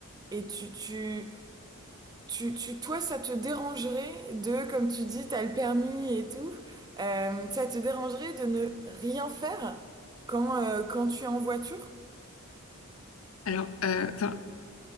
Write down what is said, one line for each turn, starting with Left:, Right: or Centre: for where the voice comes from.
Right: et tu, tu, tu, tu- toi, ça te dérangerait de, comme tu dis, t'as le permis et tout, euh, ça te dérangerait de ne rien faire quand, euh, quand tu es en voiture?
Left: Alors, euh, enfin,